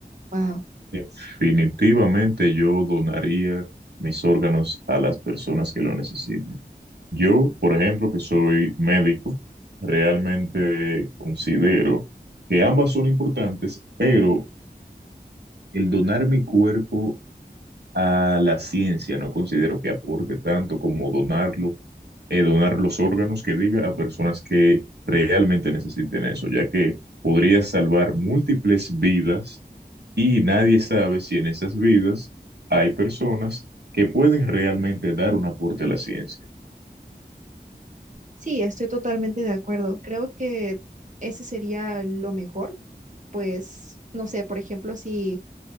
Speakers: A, on the right; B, on the right.
A: Wow.
B: Definitivamente yo donaría mis órganos a las personas que lo necesiten. Yo, por ejemplo, que soy médico, realmente considero que ambas son importantes, pero el donar mi cuerpo a la ciencia no considero que aporte tanto como donarlo, eh, donar los órganos que diga a personas que realmente necesiten eso, ya que podría salvar múltiples vidas y nadie sabe si en esas vidas hay personas que pueden realmente dar un aporte a la ciencia.
A: Sí, estoy totalmente de acuerdo. Creo que ese sería lo mejor. Pues, no sé, por ejemplo, si